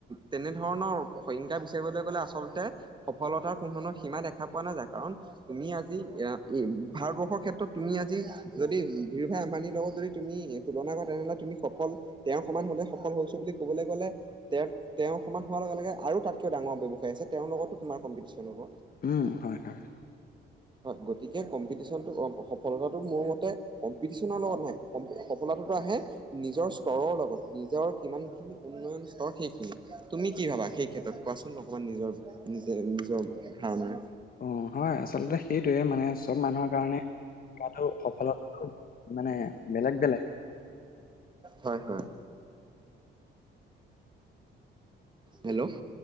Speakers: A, on the right; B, on the left.
A: তেনেধৰণৰ সংজ্ঞা বিচাৰিবলে গ'লে আচলতে, সফলতাৰ কোনো ধৰণৰ সীমা দেখা পোৱা নাযায়, কাৰণ তুমি আজি এ, ভাৰতবৰ্ষৰ ক্ষেত্ৰত তুমি আজি যদি ধীৰভাই আম্বানীৰ লগত যদি তুমি তুলনা কৰা তেনেহলে তুমি সফল, তেওঁৰ সমান হলে সফল হৈছো বুলি কবলে গলে। তেওঁ, তেওঁৰ সমান হোৱাৰ লগে লগে আৰু তাতকৈ ডাঙৰ ব্যৱসায়ী আছে তেওঁৰ লগতো তোমাৰ কম্পিটিচন হ'ব।
B: উম' হয়, হয়
A: হয়, গতিকে কম্পিটিশ্যনটো অ সফলতাটো মোৰ মতে কম্পিটিশনৰ লগত নাই, সফ সফলটাতো আহে নিজৰ স্তৰৰ লগত নিজৰ কিমান খিনি উন্নয়ন স্তৰ সেইখিনি, তুমি কি ভাবা সেই ক্ষেত্ৰত কোৱাচোন? চোন অকমান নিজৰ, নিজে নিজৰ ধাৰণাৰ
B: অ, হয় আচলতে সেইটোয়ে মানে চব মানুহৰ কাৰণে কৰাটো সফলতাটো মানে বেলেগ-বেলেগ।
A: হয়, হয় হেল্ল'!